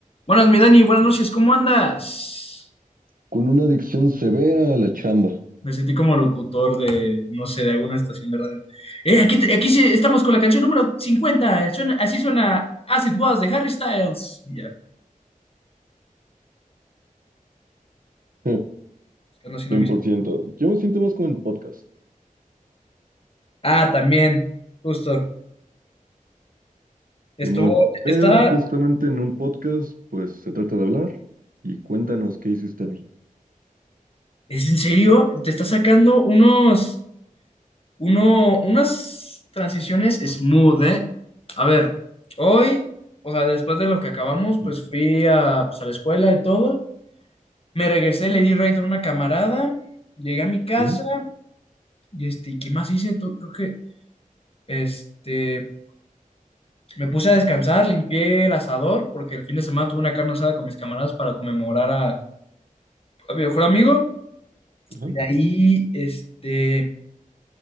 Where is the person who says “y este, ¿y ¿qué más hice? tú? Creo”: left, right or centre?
Left